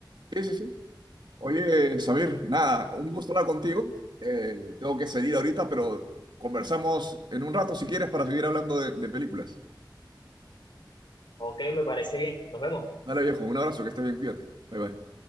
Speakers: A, on the right; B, on the left.
A: Sí, sí, sí. Oye, Xavier, nada, un gusto hablar contigo. Eh, tengo que salir ahorita, pero conversamos en un rato si quieres para seguir hablando de, de películas.
B: Ok, me parece bien, nos vemos.
A: Dale, viejo, un abrazo, que estés bien, cuídate. Bye, bye.